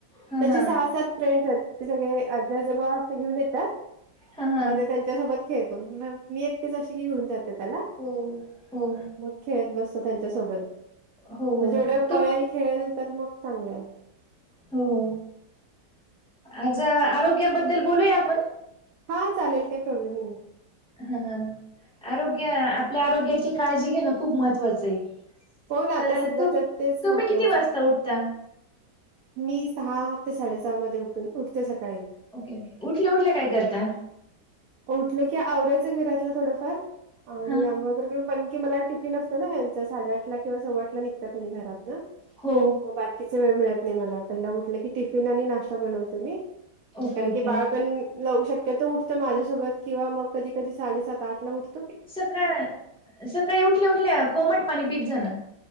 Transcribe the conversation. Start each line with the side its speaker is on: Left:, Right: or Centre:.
Centre: हा
Right: त्याचे
Centre: हा
Right: सहा सात फ्रेंड्स आहेत. ते सगळे आजी आजबा असे घेऊन येतात
Centre: हा हा
Right: मग. त्याच्या सोबत खेळो मग मी एकटी अशीीेनातो. त्याला
Centre: हो हो
Right: मग खेळत बसतो त्यांच्या सोबत म्हण
Centre: हो हो
Right: जेवढं.
Centre: तुम
Right: कळेल खेळेल तर मग चांगलं आहे.
Centre: हो हो आज आरोग्याबद्दल बोलूया आपण.
Right: हा चालेल काही प्रॉब्लेम नाही.
Centre: हा हा आरोग्य आपल्या आरोग्याची काळजी घेणं खूप महत्वाचं आहे.
Right: हो ना आता
Centre: तर
Right: सध्या
Centre: तुम
Right: तेच
Centre: तुम्ही
Right: महत्त्वाचं
Centre: किती वाजता
Right: आहे.
Centre: उठता.
Right: मी सहा ते साडेसहा मध्ये उठून उठते सकाळी.
Centre: ओके ओके उठल्या उठल्या काय करता.
Right: उठलं की आवऱ्याचं घरातलं थोडंफार आणि
Centre: हा
Right: आंघोळ ी मला टिफिन असतो नाचां साडे आठला किंवा सव्वाठला निघतात त्याणि घरात न.
Centre: हो.
Right: बाकीच वेळ मिळत नाही मला पहिला उटलं की टिफिन आणि नाश्ता बनवते मी.
Centre: ओके
Right: कारण
Centre: ओके
Right: की बाळपण शक्यत उठतं माझ्यासोबत किंवा मग कधी कधी साडेसात आठ ला उठत.
Centre: सकाळ सकाळी उठल्या उठल्या कोमट पाणी पिज जा ना.